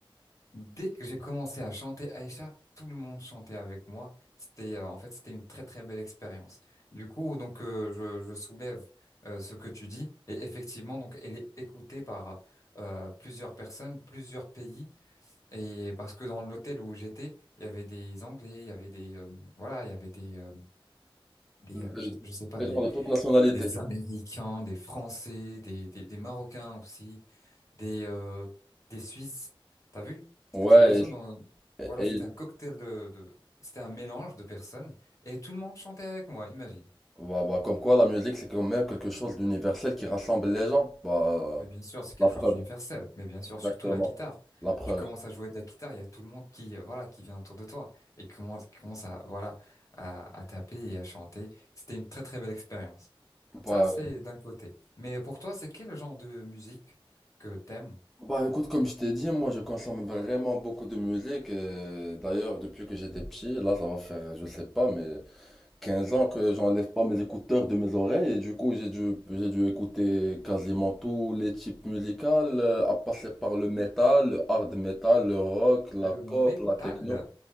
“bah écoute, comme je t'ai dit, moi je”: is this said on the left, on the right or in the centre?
Centre